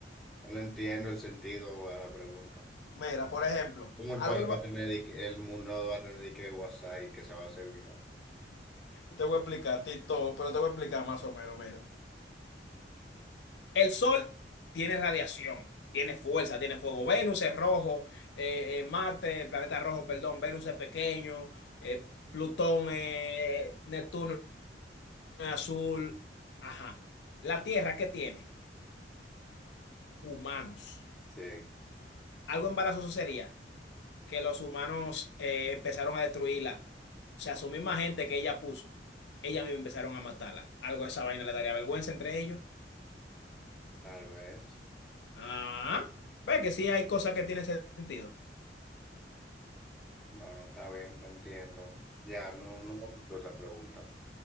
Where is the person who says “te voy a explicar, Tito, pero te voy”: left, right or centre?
Left